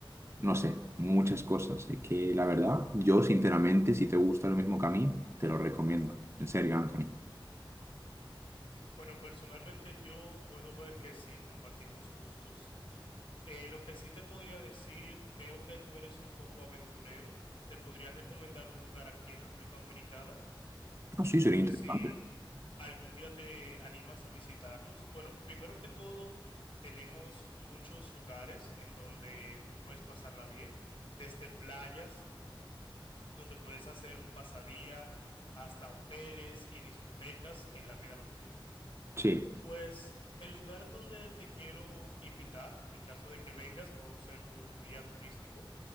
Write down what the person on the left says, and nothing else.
Bueno, personalmente yo puedo ver que sí compartimos gustos. Eh, lo que sí te podría decir, veo que tú eres un poco aventurero. Te podría recomendar un lugar aquí en República Dominicana
por
si algún día te animas a visitarnos. Bueno, primero que todo, tenemos muchos lugares en donde tú puedes pasarla bien, desde playas, donde puedes hacer un pasadía, hasta hoteles y discotecas en la vida nocturna.
Pues el lugar donde te quiero invitar, en caso de que vengas, puedo ser tu guía turístico,